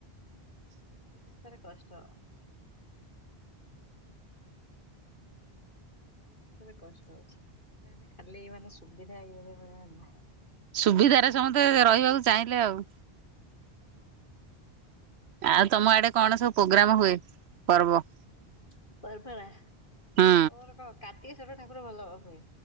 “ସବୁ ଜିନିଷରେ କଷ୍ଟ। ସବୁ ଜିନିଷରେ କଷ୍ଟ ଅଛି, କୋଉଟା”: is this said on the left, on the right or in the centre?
Left